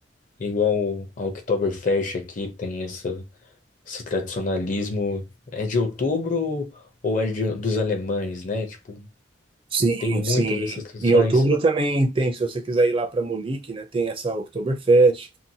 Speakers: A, on the left; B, on the right.
A: igual o- a Oktoberfest aqui tem essa, esse tradicionalismo. É de outubro ou é de- dos alemães, né? Tipo,
B: Sim,
A: tem muitas
B: sim.
A: dessas tradições.
B: Em outubro também tem, se você quiser ir lá para Munique, né? Tem essa Oktoberfest.